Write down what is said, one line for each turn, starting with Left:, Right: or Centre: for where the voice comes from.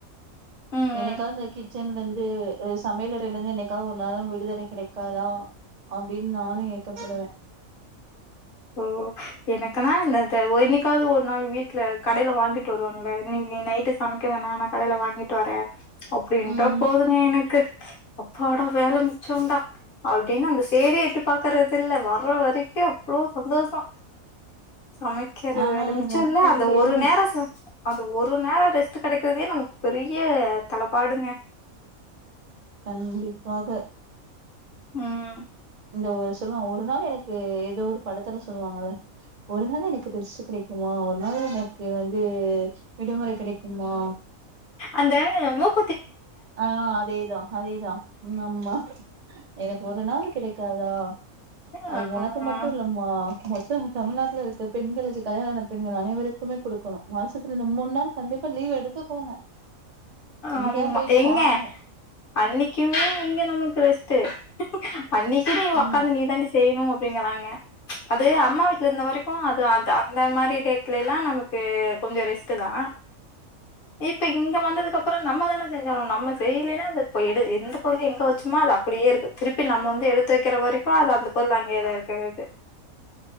Left: ம்
Right: என்னைக்காது
Left: ம்
Right: கிச்சன்லருந்து சமையலறையிலந்து என்னைக்கா ஒரு நாள் விடுதலை கிடைக்காதா அப்டின் நானு ஏக்கப்படுவ
Left: ஓ எனைக்குன்னா இந்த த ஒ என்னைக்காவது ஒரு நாள் வீட்ல கடைல வாங்கிட்டு வருவாங்ள இன்னிக் நீ நைட்டு சமைக்க வேணா நா கடையில வாங்கிட்டு வர அப்டின்ட்டா
Right: ம்
Left: போதுங்க எனக்கு அப்பாட வேல மிச்சோண்டா அப்டின்னு அந்த சைடே எட்டி பாக்குறது இல்ல வர்ற வரைக்கு அவ்ளோ சந்தோசோ சமைக்கிறது
Right: ஆனா
Left: வேல மிச்சோல்ல
Right: இது அப்டி
Left: அந்த
Right: கெடையாது
Left: ஒரு நேரோ சம அந்த ஒரு நேரோ ரெஸ்ட்டு கெடைக்றதே நமக் பெரிய தலப்பாடுங்க
Right: கண்டிப்பாக
Left: ம்
Right: இந்த ஒரு சொல்லுவா ஒரு நாள் எனக்கு ஏதோ ஒரு படத்துல சொல்லுவாங்கல்ல ஒரு நாள் எனக்கு ரெஸ்ட்டு கிடைக்குமா ஒரு நாள் எனக்கு வந்து விடுமுறை கிடைக்குமா
Left: அந்த முக்
Right: ஆ அதேதா அதேதா ம் ஆமா எனக்கு ஒரு நாளு கிடைக் க்காதா
Left: ஆ
Right: அது ஒனக்கு மட்டு இல்லம் மா மொத்த தமிழ்நாட்ல இருக்க பெண்களுக்கு கல்யாண ஆன பெண்கள் அனைவருக்குமே குடுக்கணு மாசத்துல இந்த மூண் நாள் கண்டிப்பா லீவு எடுத்துக்கோங்க எங்கயா
Left: ஆமா
Right: போயிட்டு
Left: எங்க
Right: வாங்க
Left: அன்னைக்குமே எங்க நமக்கு ரெஸ்ட்டு அன்னைக்கு நீ
Right: ஆமா
Left: ஒக்காந்து நீ தாண்டி செய்யணு அப்டிங்கிறாங்க அது அம்மா வீட்ல இருந்த வரைக்கு அது அது அந்த மாரி டேட்லைலா நமக்கு கொஞ்ச ரெஸ்ட்டு தா இப்ப இங்க வந்து அதுக்கப்பற நம்ம தானே செஞ்சாகணு நம்ம செய்லைனா அது இப்ப எடு எந்த பொருள் எங்க வெச்சமோ அது அப்டியே இருக்கு திருப்பி நம்ம வந்து எடுத்து வெக்கிற வரைக்கு அது அந்த பொருள் அங்கேதா இருக்கிறது